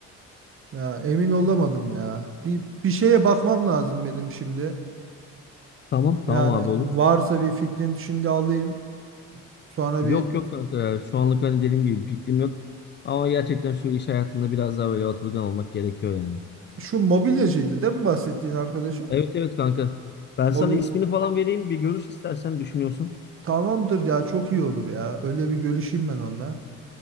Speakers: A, on the right; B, on the left.
A: Ya emin olamadım ya. Bir, bir şeye bakmam lazım benim şimdi.
B: Tamam
A: Yani
B: tamam abi olur.
A: varsa bir fikrin şimdi alayım. Sonra
B: Yok
A: bir
B: yok kanka ya. Şu anlık hani dediğim gibi bir fikrim yok. Ama gerçekten şu iş hayatında biraz daha böyle atılgan olmak gerekiyor yani.
A: şu mobilyacıydı değil mi bahsettiğin arkadaşım?
B: Evet evet kanka. Ben sana
A: Mobil
B: ismini falan vereyim bir görüş istersen düşünüyorsan.
A: Tamamdır ya çok iyi olur ya. Öyle bir görüşeyim ben onunla.